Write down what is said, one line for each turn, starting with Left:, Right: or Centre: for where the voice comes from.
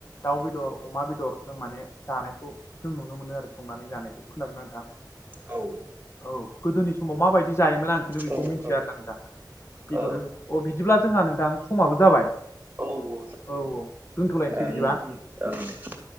Left: दाउ बेदर अमा बेदर जों माने जानायखौ जों नुनो मोनो आरो संनानै जानायखौ खोनादों नोंथां
Right: औ
Left: औ गोदोनि समाव माबायदि जायोमोन आं खिन्थु बेखौ
Right: औ औ
Left: मिन्थिया आरोना नोंथां बेदरजों
Right: औ
Left: अ बिदिब्ला जोंहा नोंथां समाबो जाबाय
Right: औ
Left: औ औ दोनथ'लायनोसै
Right: ओं
Left: बिदिबा
Right: औ दे